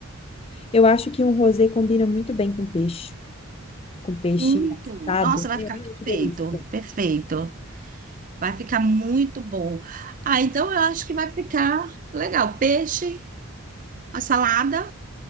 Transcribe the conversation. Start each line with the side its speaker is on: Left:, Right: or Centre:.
Left: Eu acho que um rosé combina muito bem com peixe, com peixe
Right: Muito.
Left: assado.
Right: Nossa, vai
Left: É,
Right: ficar
Left: Ai, que
Right: perfeito,
Left: delícia.
Right: perfeito. Vai ficar muito bom. Ah, então eu acho que vai ficar legal. Peixe, a salada.